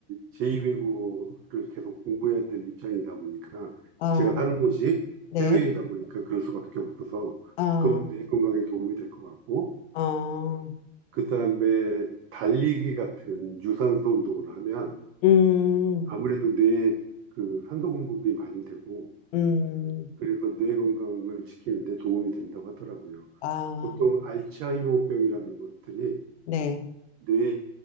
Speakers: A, on the right; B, on the left.
A: 제2외국어를 계속 공부해야 될 입장이다 보니까
B: 아,
A: 제가 사는 곳이
B: 네,
A: 해외이다 보니까 그럴 수밖에 없어서
B: 아,
A: 그거는 뇌 건강에 도움이 될 것 같고
B: 아,
A: 그다음에 달리기 같은 유산소 운동을 하면
B: 음,
A: 아무래도 뇌에 그 산소 공급이 많이 되고
B: 음,
A: 그래서 뇌 건강을 지키는 데 도움이 된다고 하더라고요.
B: 아,
A: 보통 알츠하이머병이라는 것들이
B: 네,
A: 뇌에